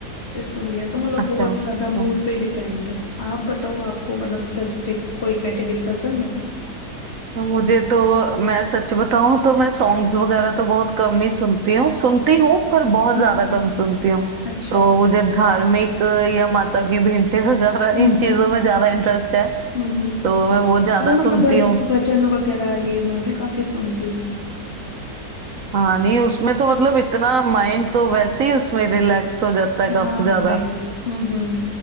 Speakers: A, on the left; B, on the right.
A: सुन लिया तो मतलब
B: अच्छा
A: बहुत ज्यादा मूड
B: तो,
A: पे डिपेंड है आप बताओ आपको मतलब स्पेसिफिक कोई कैटेगरी पसंद है
B: तो मुझे तो मैं सच बताऊं तो मैं सॉन्ग्स वगैरह तो बहुत कम ही सुनती हूँ सुनती हूँ पर बहुत
A: हम्म
B: ज्यादा कम सुनती हूँ
A: अच्छा
B: तो मुझे धार्मिक या माता की भेंटें <laughs> वगैरह
A: हम्म
B: इन चीजों में ज्यादा इंटरेस्ट है
A: हम्म हम्म।
B: तो मैं वो ज्यादा
A: हाँ मतलब
B: सुनती
A: बस
B: हूँ
A: भजन वगैरह ये मैं भी काफी सुनती हूँ
B: हाँ नहीं उसमें तो मतलब इतना माइंड तो वैसे ही उसमें रिलैक्स हो जाता है काफी
A: हाँ
B: ज्यादा
A: वही हम्म हम्म